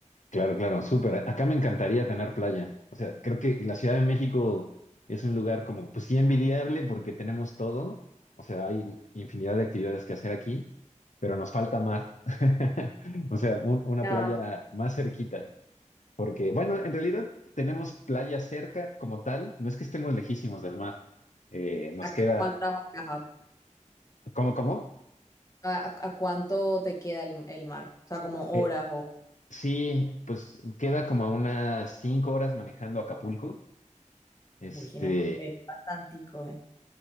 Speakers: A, on the left; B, on the left.
A: Claro, claro, súper. Acá me encantaría tener playa. O sea, creo que la Ciudad de México es un lugar como, pues sí, envidiable porque tenemos todo. O sea, hay infinidad de actividades que hacer aquí, pero nos falta mar. <laughs> O sea, un- una
B: Ah,
A: playa más cerquita. Porque, bueno, en realidad tenemos playa cerca como tal. No es que estemos lejísimos del mar. Eh, nos
B: ¿A
A: queda,
B: cu- cuántas horas hablas?
A: ¿cómo, cómo?
B: ¿A, a- a cuánto te queda el, el mar? O sea, como
A: Eh,
B: horas o...
A: sí, pues queda como a unas cinco horas manejando a Acapulco. Este.
B: Uy, no, es bastantico, ¿eh?